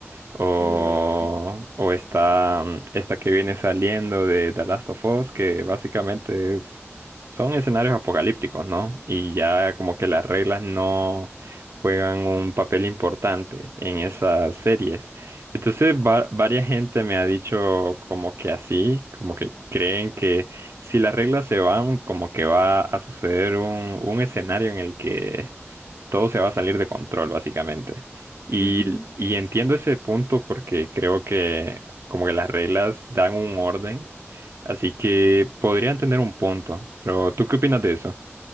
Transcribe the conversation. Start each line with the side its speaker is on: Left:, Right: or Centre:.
Right: o,
Left: Mm, No.
Right: o está mm, esta que viene saliendo de The Last of Us, que básicamente es, son escenarios apocalípticos, ¿no? Y ya como que las reglas no juegan un papel importante en esas series. Entonces, va- varias gente me ha dicho como que así, como que creen que si las reglas se van, como que va a suceder un, un escenario en el que todo se va a salir de control, básicamente. Y,
Left: Ujú.
Right: y entiendo ese punto porque creo que como que las reglas dan un orden, así que podrían tener un punto. Pero ¿tú qué opinas de eso?